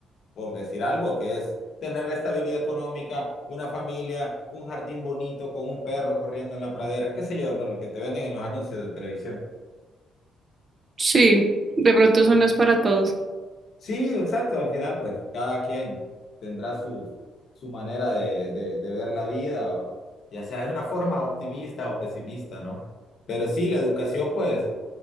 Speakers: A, on the left; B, on the right.
A: por decir algo, que es tener estabilidad económica, una familia, un jardín bonito con un perro corriendo en la pradera, qué sé yo, ¿no? Lo que te venden en los anuncios de televisión.
B: Sí, de pronto eso no es para todos.
A: Sí, exacto, al final pues cada quien tendrá su, su manera de, de, de ver la vida, o- ya sea de una forma optimista o pesimista, ¿no? Pero sí, la educación pues,